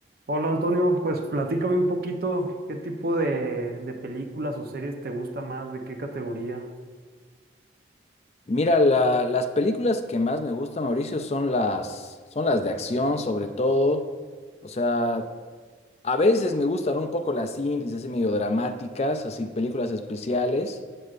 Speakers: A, on the right (about 55°); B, on the left (about 35°).
A: Hola Antonio, pues platícame un poquito qué tipo de, de películas o series te gusta más, de qué categoría.
B: Mira, la- las películas que más me gustan, Mauricio, son las, son las de acción, sobre todo. O sea, a veces me gustan un poco las indies, así medio dramáticas, así películas especiales,